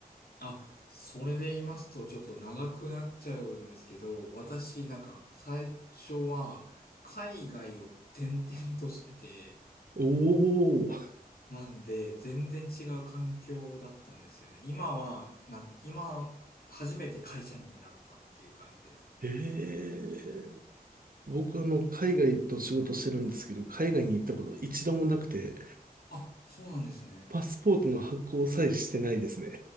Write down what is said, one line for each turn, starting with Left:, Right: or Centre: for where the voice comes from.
Left: あ、それで言いますと、ちょっと長くなっちゃうんですけど、私、なんか、最初は、海外を転々としてて、
Right: おー、
Left: なんで、全然違う環境だったんですよね。今は、なん、今、初めて会社員になったっていう感じです。
Right: ええ僕あの、海外と仕事してるんですけど、海外に行ったこと一度もなくて、
Left: あ、そうなんですね。
Right: パスポートの発行さえしてないですね。